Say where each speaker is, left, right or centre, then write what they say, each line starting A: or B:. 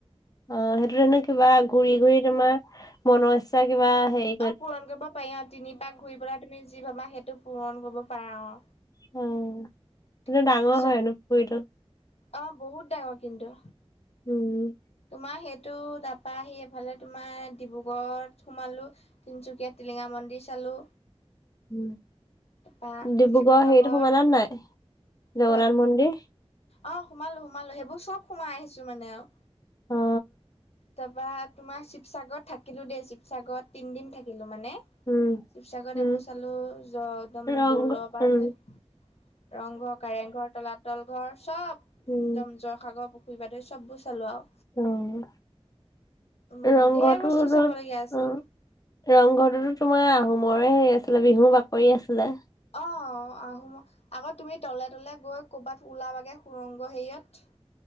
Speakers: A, on the left (about 35°); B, on the left (about 70°).
A: অ সেইটো নো কিবা ঘুৰি ঘুৰি তোমা- মনৰ ইচ্ছা কিবা সেই
B: অ পূৰণ কৰিব পাৰি অ তিনি পাক ঘূৰি পেলাই তুমি যি ভাবা সেইটো পূৰণ কৰিব পাৰা অ।
A: অ কিন্তু
B: তাৰপিছত
A: ডাঙৰ হয় হেনো পুখুৰীটো।
B: অ বহুত ডাঙৰ কিন্তু।
A: উম।
B: তোমাৰ সেইটো তাপা আহি এফালে তোমাৰ ডিব্ৰুগড়ত সোমালোঁ। তিনচুকীয়াত টিলিঙা মন্দিৰ চালো।
A: উ
B: তাৰপা
A: ডিব্ৰুগড়
B: শিৱসাগৰত
A: হেৰিতো সোমালাত নাই জগন্নাথ
B: ক'ত
A: মন্দিৰ।
B: অ সোমালো সোমালো সেইবোৰ চব সোমাই আহিছো মানে আও।
A: অ।
B: তাপা তোমাৰ শিৱসাগৰত থাকিলো দেই শিৱসাগৰত তিনদিন থাকিলো মানে।
A: উম,
B: শিৱসাগৰত
A: উম,
B: এইবোৰ চালো য একদম
A: ৰংঘৰ
B: দৌল পা
A: উম,
B: ধই। ৰংঘ কাৰেংঘৰ তলাতল ঘৰ চব
A: উম,
B: একদম জৰসাগৰ পুখুৰী বাদৰি চববোৰ চালো আও।
A: অ',
B: মানে
A: ৰংঘৰটোত
B: ঢেৰ বস্তু চাব লগীয়া আছে।
A: উম, ৰংঘৰটোতো তোমাৰ আহোমৰে হেৰি আছিলে বিহু বাকৰি আছিলে।
B: অ আহোম আগত তুমি তলে তলে গৈ কৰ'বাত ওলাবাগে সুৰংগ হেৰিয়ত।